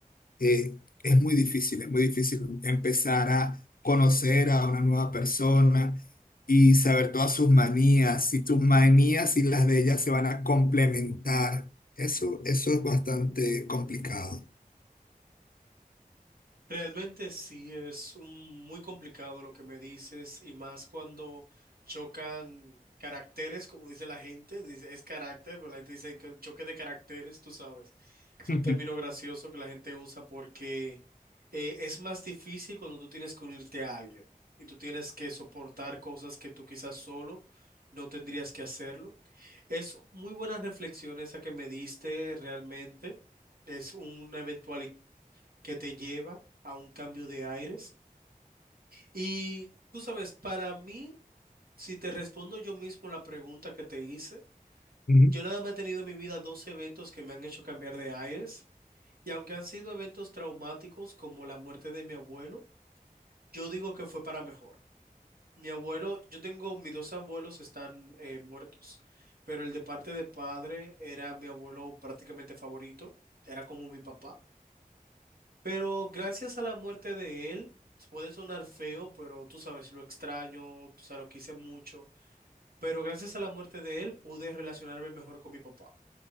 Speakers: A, on the left (about 75°); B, on the right (about 85°).
A: eh, es muy difícil, es muy difícil empezar a conocer a una nueva persona y saber todas sus manías, si tus manías y las de ella se van a complementar. Eso, eso es bastante complicado.
B: Realmente sí es un- muy complicado lo que me dices y más cuando chocan caracteres, como dice la gente, dice, es carácter, pero la gente dice que choque de caracteres, tú sabes. Es
A: <laughs>
B: un término gracioso que la gente usa porque eh, es más difícil cuando tú tienes que unirte a alguien y tú tienes que soportar cosas que tú quizás solo no tendrías que hacerlo. Es muy buenas reflexiones esa que me diste realmente. Es una eventualidad que te lleva a un cambio de aires. Y tú sabes, para mí, si te respondo yo mismo la pregunta que te hice,
A: Ujú.
B: yo nada más he tenido en mi vida dos eventos que me han hecho cambiar de aires. Y aunque han sido eventos traumáticos como la muerte de mi abuelo, yo digo que fue para mejor. Mi abuelo, yo tengo, mis dos abuelos están eh, muertos, pero el de parte de padre era mi abuelo prácticamente favorito, era como mi papá. Pero gracias a la muerte de él, puede sonar feo, pero tú sabes, lo extraño, o sea, lo quise mucho, pero gracias a la muerte de él pude relacionarme mejor con mi papá.